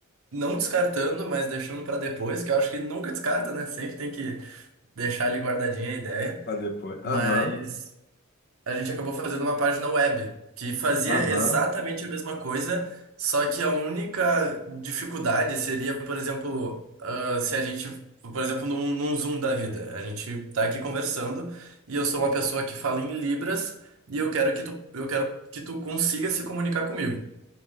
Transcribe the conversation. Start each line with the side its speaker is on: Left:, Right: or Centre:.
Right: não descartando, mas deixando para depois, que eu acho que nunca descarta, né? Sempre tem que deixar ali guardadinha a ideia.
Left: Pra depois.
Right: Mas
Left: Aham,
Right: a gente acabou fazendo uma página web que fazia
Left: aham,
Right: exatamente a mesma coisa, só que a única dificuldade seria, por exemplo, ah, se a gente, por exemplo, num, num Zoom da vida, a gente tá aqui conversando e eu sou uma pessoa que fala em Libras e eu quero que tu, eu quero que tu consiga se comunicar comigo.